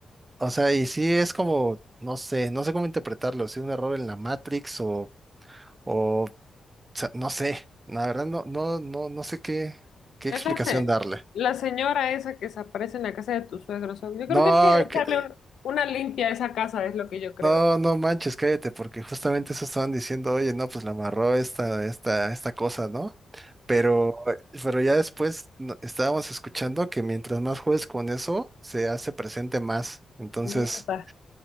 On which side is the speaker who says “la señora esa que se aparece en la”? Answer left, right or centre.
Left